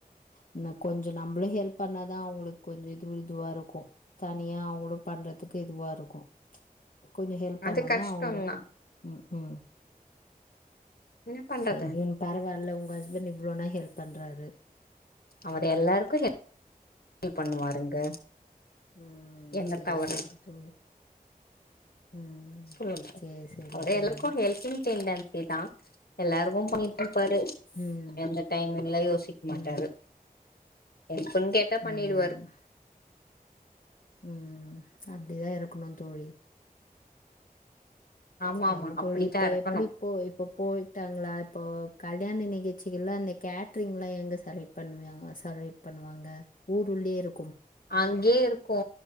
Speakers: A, on the left (about 60°); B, on the left (about 85°).
A: இன்னு கொஞ்சோ நம்மளு ஹெல்ப் பண்ணாதா அவுங்களுக் கொஞ் இது இதுவா இருக்கு தனியா அவுங்களு பண்றதுக்கு இதுவா இருக்கு கொஞ்சோ ஹெல்ப் பண்ணுனா
B: அது கஷ்டந்தா
A: அவுங்களு ம் ம்
B: என்ன பண்றது
A: சேரி ஒன்னு பரவால்ல உங்க ஹஸ்பண்ட் இவ்ளோனா ஹெல்ப் பண்றாரு
B: அவரு எல்லாருக்கு ஹெ <inaudible> பண்ணுவாருங்க
A: ம்
B: என்ன
A: சேர்
B: தவற
A: சேரி தோழி ம்
B: சொல்லுங்க
A: சேரி சேரி
B: அவரு
A: தோழி
B: எல்லாருக்கு ஹெல்பிங் டென்டென்சி தா எல்லாருக்கு பண்ணிட்ருப்பாரு
A: ம்
B: எந்த டைம் யெல்லா யோசிக்க மாட்டாரு
A: ம்
B: ஹெல்ப்புன் கேட்டா பண்ணிருவாரு
A: ம் ம் அப்டிதா இருக்கணு தோழி
B: ஆமா
A: சேரி
B: ஆமா
A: தோழி
B: அப்படித்தா
A: இப்ப
B: இருக்கணு
A: எப்டி போ இப்போ போயிட்டாங்ளா இப்போ கல்யாண நிகழ்ச்சிகள்ல அந்த கேட் ரிங்லா எங்க செலக்ட் பண்வியாங் செலக்ட் பண்ணுவாங்க ஊருள்ளயே இரு
B: அங்கேயே இருக்கு